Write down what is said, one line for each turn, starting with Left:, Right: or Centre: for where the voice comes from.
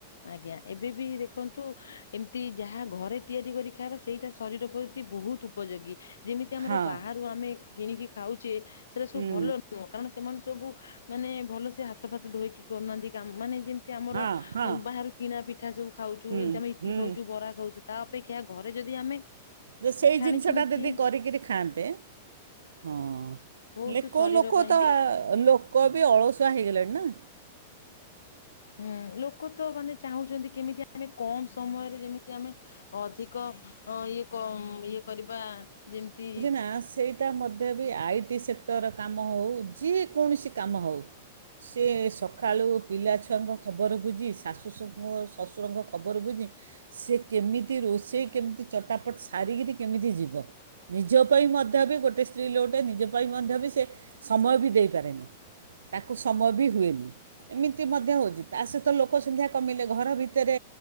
Left: ଆଜ୍ଞା ଏବେ ବି ଦେଖନ୍ତୁ ଏମିତି ଯାହା ଘରେ ତିଆରି କରି ଖାଇବା ସେଇଟା ଶରୀର ପ୍ରତି ବହୁତ ଉପଯୋଗୀ ଯେମିତି ଆମର
Right: ହଁ
Left: ବାହାରୁ ଆମେ କିଣିକି ଖାଉଚେ ସେଟା
Right: ହୁଁ
Left: ସବୁ ଭଲ ନୁହଁ କାରଣ ସେମାନେ ସବୁ ମାନେ ଭଲସେ ହାତ ଫାତ ଧୋଇକି କରୁନାହାନ୍ତି କାମ-ମାନେ ଯେମିତି ଆମର
Right: ହଁ ହଁ
Left: ବାହାରୁ କିଣା ପିଠା ସବୁ ଖାଉଚୁ
Right: ହୁଁ
Left: ଯେମିତି ଆମେ ଇଟଲି
Right: ହୁଁ
Left: ଖାଉଚୁ ବରା ଖାଉଚୁ ତା ଅପେକ୍ଷା ଘରେ ଯଦି ଆମେ
Right: ଯୋ ସେଇ
Left: ଛାଣି
Right: ଜିନିଷଟା
Left: ଛୁଣିକି
Right: ଦିଦି କରିକିରି ଖାଆନ୍ତେ ହଁ
Left: ବହୁତ
Right: ହେଲେ କୋଉ
Left: ଶରୀର
Right: ଲୋକତ
Left: ପାଇଁ ବି
Right: ଆ ଲୋକ୍ କବି
Left: ହଁ
Right: ଅଳସୁଆ ହେଇଗଲାଣି ନା।
Left: ହୁଁ ଲୋକ ତ ମାନେ ଚାହୁଁଚନ୍ତି କେମିତି ଆ ଆମେ କମ୍ ସମୟରେ ଯେମିତି ଆମେ ଅଧିକ ଇଏ କମ୍ ଇଏ କରିବା ଯେମିତି
Right: ଆଁ ସେଇ ଟା ମଧ୍ୟ ବି ଆଇ ଟି ସେକ୍ଟର କାମ ହଉ ଯେ କୌଣସି କାମ ହଉ ସିଏ ସକାଳୁ ପିଲାଛୁଆଙ୍କ ଖବର ବୁଝି ଶାଶୁ ଶ-ଶଶୁରଙ୍କ ଖବର ବୁଝି ସିଏ କେମିତି ରୋଷେଇ କେମିତି ଚଟାପଟ୍ ସାରିକିରି କେମିତି ଯିବ୍ ବ ନିଜ ପାଇଁ ମଧ୍ୟ ବି ଗୋଟେ ସ୍ତ୍ରୀ ଲୋକଟେ ନିଜ ପାଇଁ ମଧ୍ୟ ବି ସେ ସମୟ ବି ଦେଇପାରେନି। ତାକୁ ସମୟ ବି ହୁଏନି ଏମିତି ମଧ୍ୟ ହଉଚି। ତା ସହିତ ଲୋକ ସଂଖ୍ୟା କମିଲେ ଘର ଭିତ ତେରେ